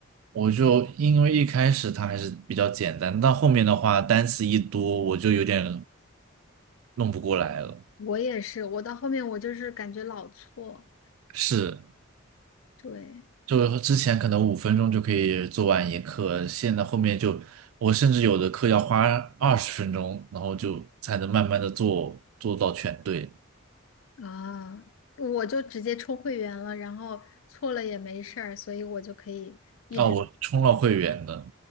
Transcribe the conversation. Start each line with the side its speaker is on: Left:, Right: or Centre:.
Right: 我就因为一开始它还是比较简单，到后面的话单词一多，我就有点弄不过来了。
Left: 我也是，我到后面我就是感觉老错，
Right: 是，
Left: 对
Right: 就之前可能五分钟就可以做完一课，现在后面就我甚至有的课要花二十分钟，然后就才能慢慢的做做到全对。
Left: 啊，我就直接充会员了，然后错了也没事儿，所以我就可以一直。
Right: 啊，我充了会员的。